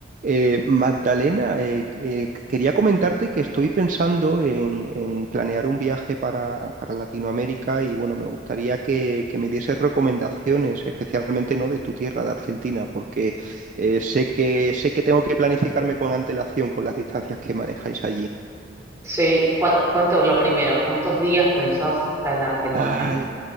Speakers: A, on the right; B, on the right.
A: Eh, Magdalena, eh, eh, quería comentarte que estoy pensando en, en planear un viaje para, para Latinoamérica y bueno, me gustaría que, que me dieses recomendaciones, especialmente ¿no? de tu tierra, de Argentina, porque eh, sé que, sé que tengo que planificarme con antelación con las distancias que manejáis allí.
B: Sí, ¿Cu- ¿cuánto, lo primero, ¿cuántos días pensás estar en Argentina?
A: Ay,